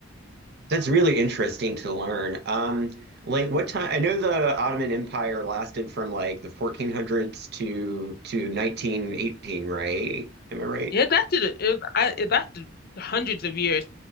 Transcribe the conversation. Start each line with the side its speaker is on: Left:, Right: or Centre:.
Right: That's really interesting to learn. Um Like what time? I know the Ottoman Empire lasted from like the 1400s to to 1918, right? Am I right?
Left: Yeah, that did it. it I, it lasted hundreds of years.